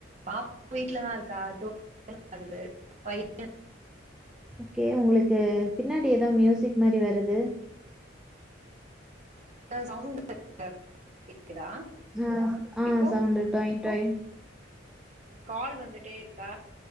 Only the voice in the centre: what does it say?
ஓகே உங்களுக்கு பின்னாடி ஏதோ மியூசிக் மாதிரி வருது
ஆ ஆ
சவுண்டட்டோயட்டுய்